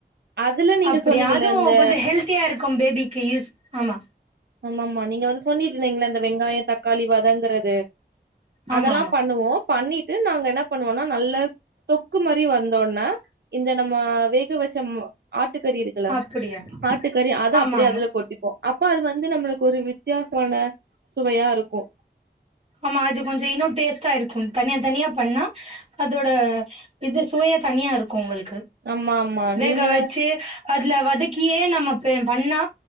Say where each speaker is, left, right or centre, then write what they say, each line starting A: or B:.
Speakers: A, on the right; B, on the right.
A: அதுல நீங்க
B: அப்டி
A: சொன்னீங்கல்ல
B: அதும்
A: இந்த
B: கொஞ்ச ஹெல்த்தியா இருக்கு பேபிக்கு யூஸ் ஆமா
A: ஆமா ஆமா நீங்க வந்து ஸ் சொன்னிட்ருந்தீங்கள அந்த வெங்காய தக் கழிவதங்கறது அதெல்லா
B: ஆமா ஆமா
A: பண்ணுவோ ஃபண்ணிட் ட்டு நாங்க என்ன பண்ணுவம்னா நல்ல தொக்கு மாரி வந்தோன இந்த நம்ம வேக வச்ச ஆட்னா ஆட்டுக்கறி இருக்குல்ல
B: அப்டியா
A: ஆட்டுக்கறி அத
B: ஆமா
A: அப்டியே
B: ஆமா
A: அதுல கொட்டிப்போ அப்போ அது வந்து நம்மளுக்கு ஒரு வித்தியாசமான சுவையா இருக்கு
B: ஆமா அது கொஞ்ச இன்னொட் டேஸ்ட்டா இருக்கு தனியா தனியா பண்ணா அதோட இது சுவையா தனியா இருக்கு உங்களுக் க்கு
A: ஆமா ஆமா
B: வேக
A: நீங்க
B: வச்சு அதுல வதக்கியே நம்மப் பெ பண்ணா